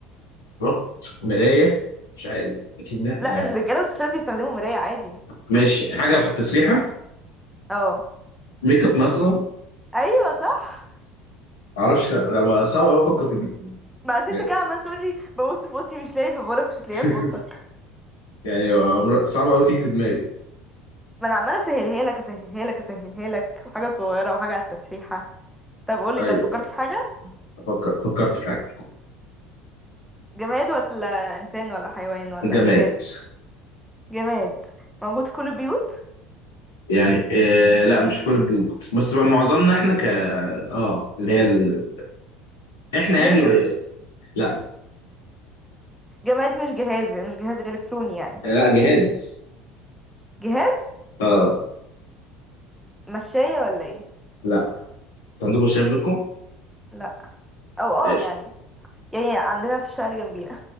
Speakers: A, on the left; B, in the centre.
A: ربط مرايه مش عارف لكن لا
B: لا الرجاله
A: آه،
B: والستات بيستخدموا مرايه عادي
A: ماشي حاجه في التسريحه
B: اه
A: ميك اب مثلا ما
B: ايوه صح
A: اعرفش لا، صعب قوي افكر في دي
B: ما عشان
A: يعني
B: انت كده عمال تقولي ببص في اوضتي مش لاقي في بورك مش هتلاقيها
A: <laughs>
B: في اوضتك
A: يعني صعب قوي تيجي في دماغي
B: ما انا عماله اسهلها لك اسهلها لك اسهلها لك وحاجه صغيره وحاجه على التسريحه طب قولي
A: ايوه
B: طب فكرت
A: أيوة،
B: في حاجه
A: افكر فكرت في حاجه
B: جماد ولا انسان ولا حيوان ولا
A: جامعات
B: جهاز جماد موجود في كل البيوت
A: يعني آه لا مش كل البيوت بس بقى معظمنا احنا ك اه اللي هي ال... احنا يعني
B: بلاي ستيشن
A: لا
B: جماد مش جهاز مش جهاز الكتروني يعني
A: لا جهاز
B: جهاز
A: اه
B: مشاية ولا ايه
A: لا انتوا عندكم شايف بيكم
B: لا او اه
A: ماشي
B: يعني يعني عندنا في الشارع جنبينا